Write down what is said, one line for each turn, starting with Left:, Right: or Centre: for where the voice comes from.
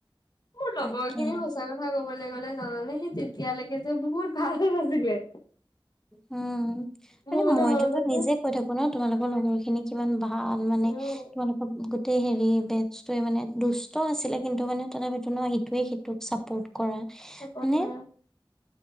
Left: মোৰ লগৰ
Centre: তাকে
Left: খিনি সঁচা <unintelligible> ক'বলৈ গ'লে জানানে সি তেতিয়ালৈকে যে বহুত ভাইৰেল আছিলে।
Centre: উম, মানে
Left: মোৰ
Centre: মইতোটো
Left: মনত আছে
Centre: নিজে কৈ থাকোঁ ন' তোমালোকৰ লগৰ খিনিক কিমান ভাল মানে,
Left: উম
Centre: তোমালোক গোটেই হেৰি বেটছটোৱে মানে দুষ্ট আছিলে, কিন্তু মানে তথাপিতো ন' ইটোৱে সি টোক ছাপৰ্ট কৰা, হয়নে।
Left: চাপৰ্ট কৰা